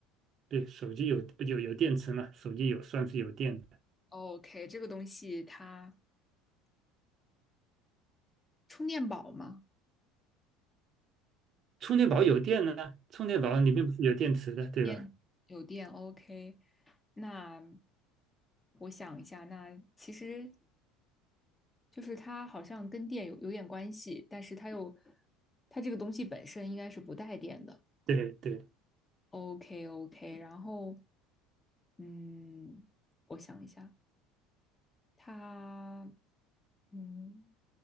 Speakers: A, on the right (about 45°); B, on the left (about 20°).
A: 对，手机有有有电池嘛，手机有算是有电的，
B: OK，这个东西它充电宝吗？
A: 充电宝有电呢，充电宝里面不是有电池的，对吧？
B: 电有电 OK，那我想一下，那其实就是它好像跟电有有点关系，但是它又它这个东西本身应该是不带电的。
A: 对对，
B: OK OK，然后嗯，我想一下，它嗯